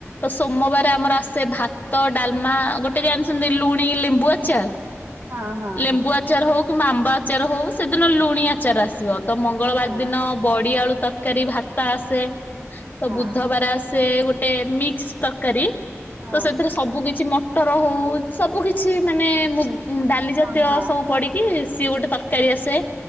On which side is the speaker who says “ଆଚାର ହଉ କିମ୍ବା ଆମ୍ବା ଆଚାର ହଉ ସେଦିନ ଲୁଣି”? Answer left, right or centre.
Left